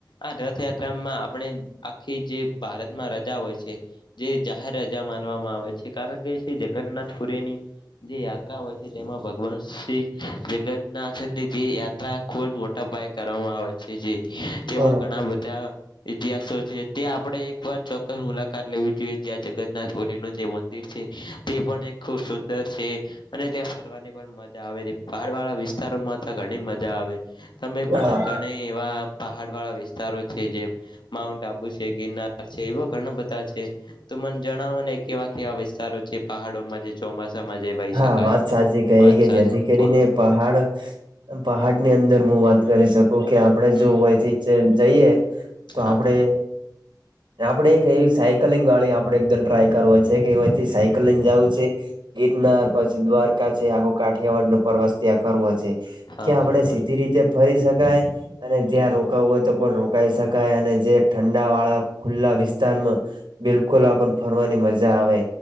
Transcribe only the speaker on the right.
બરોબર
હા
હા,
વાત સાચી કયરી
કે જેથી
કરીને
પહાડ-પહાડની અંદર મું વાત કરી શકું કે આપણે
જો હોયથી જ જઈએ તો
આપડે આપડે એક એવી સાયકલિંગવાળી આપડે એક દિન ટ્રાય કરવો છે કે અવ અહીંથી સાયકલ લયન જાવું છે. ગીરનાર પછી દ્વારકા છે આખો કાઠિયાવાડનો પ્રવાસ ત્યાં કરવો છે.
ક્યાં
આપડે સીધી રીતે ફરી શકાય, અને જ્યાં
રોકાવું હોય તો પણ રોકાઈ શક <unintelligible> અને જે ઠંડા વાળા ખુલ્લા વિસ્તારમાં બિલકુલ આપ પણ ફરવાની મજા આવે.